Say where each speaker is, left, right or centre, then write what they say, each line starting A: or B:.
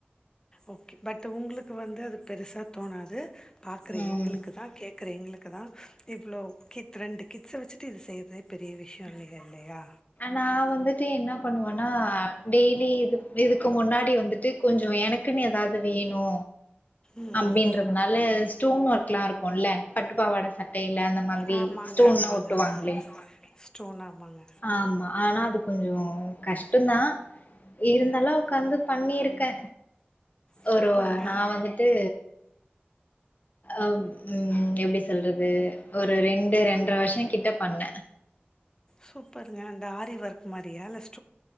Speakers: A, on the left (about 20°); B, on the left (about 40°).
A: ஓக்கே பட் உங்களுக்கு வந்து அது பெருசா தோணாது பாக்குற
B: ம்
A: எங்களுக்குதா கேட்கற எங்களுக் குதா இவ்ளோ கித் ரெண்டு கிட்ஸ வெச்சு சு இது செய்யறதே பெரிய விஷியோ இ இல்லயா
B: நா வந்துட்டு என்ன பண்ணுவேன்னா டெய்லி இது இதுக்கு முன்னாடி வந்துட்டு கொஞ்சோ எனக்குன்னு எதாவது வேணு
A: ம்
B: அப்படின்றதுனால ஸ்டோன் ஒர்க் எல்லா இருக் குல்ல பட்டுப்பாவாட சட்டையில அந்த மாதிரி
A: ஆமாங்க
B: ஸ்டோன்ல்லா
A: ஆமாங்க
B: ஒட்டுவாங்கில்லீங்
A: ஆமா ஸ்டோன் ஆமாங்க
B: ஆமா ஆனா அது கொஞ்சோ கஷ்டந்தா இருந்தாலு உக்காந்து பண்ணிருக்க
A: சூப்பருங்க
B: ஒரு நா வந்துட்டு அஹ உம் எப்படி சொல்றது ஒரு ரெண்டு ரெண்டரை வருஷங்கிட்ட பண்ண
A: சூப்பருங்க அந்த ஆரி ஒர்க் மாரியா இல்ல